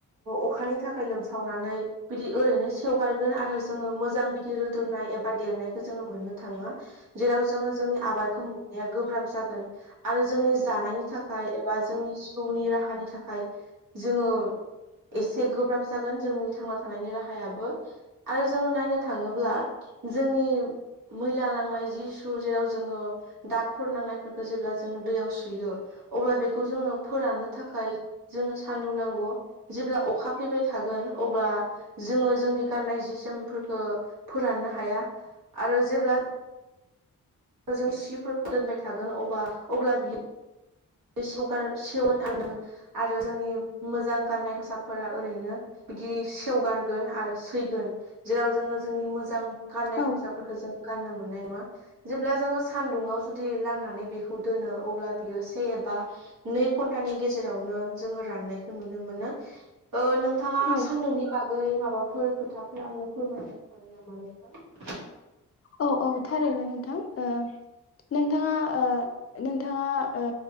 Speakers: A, on the right (about 80°); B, on the left (about 45°).
A: अखानि थाखाय लोमसावनानै बिदि ओरैनो सेवगारगोन आरो जोङो मोजां बिदि रोदोमनाय एबा देरनायखौ जोङो मोननो थाङो जेराव जोङो जोंनि आबादखौ मोननाया गोब्राब जागोन आरो जोंनि जानायनि थाखाय एबा जोंनि जिउनि राहानि थाखाय जोङो एसे गोब्राब जागोन जोंनि थांना थानायनि राहायाबो आरो जोङो नायनो थाङोब्ला जोंनि मैला लांनाय जि सु जेराव जोङो दागफोर नांनायफोरखौ जेब्ला जोङो दैयाव सुयो अब्ला बेखौ जोङो फोराननो थाखाय जोंनो सान्दुं नांगौ जेब्ला अखा फैबाय थागोन अब्ला जोङो जोंनि गाननाय जि जोमफोरखो फोराननो हाया आरो जेब्ला जों सिफोरखौ दोनबाय थागोन अब्ला अब्ला बियो बे <inaudible> सेवगोन आरो आरो जोंनि मोजां गाननाय खसाबफोरा ओरैनो बिदि सेवगारगोन आरो सैगोन जेराव जोङो जोंनि मोजां गाननाय
B: औ
A: खसाब फोरख जों गाननो मोननाय नङा जेब्ला जोङो सानदुुंवाव जुदि लामनानै बेखौ दोनो अब्ला बियो से एबा नै घन्टानि गेजेरावनो जोङो राननायखौ नुनो मोनो नोंथाङा
B: औ
A: सान्दुंनि बागै माबाफोर खोथाफोर आंनो फोरमायनो सानो नामा नोंथां
B: औ औ थारैनो नोंथां नोंथाङा नोंथाङा